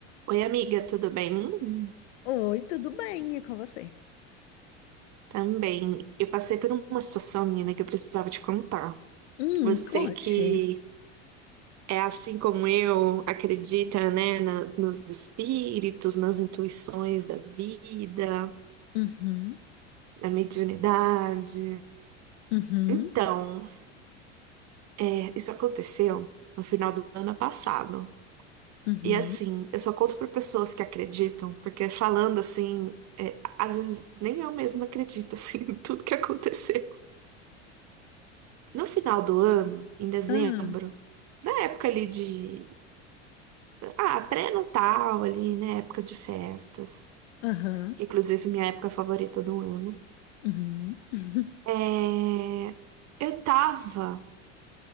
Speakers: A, on the right (about 45°); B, on the left (about 70°).
A: Oi, amiga, tudo bem? Hum,
B: Oi, tudo bem? E com vocês?
A: Também. Eu passei por uma situação, menina, que eu precisava te contar.
B: Hum,
A: Você
B: conte.
A: que é assim como eu, acredita, né, na- nos espíritos, nas intuições da vida,
B: Uhum,
A: na mediunidade.
B: uhum,
A: Então, é, isso aconteceu no final do ano passado.
B: uhum.
A: E assim, eu só conto para pessoas que acreditam, porque falando assim, é, às vezes nem eu mesma acredito assim, <laughs> em tudo que aconteceu. No final do ano, em dezembro,
B: Ah,
A: na época ali de. Ah, pré-natal ali, né? Época de festas.
B: aham,
A: Inclusive, minha época favorita do ano.
B: uhum, <laughs>
A: É... Eu tava.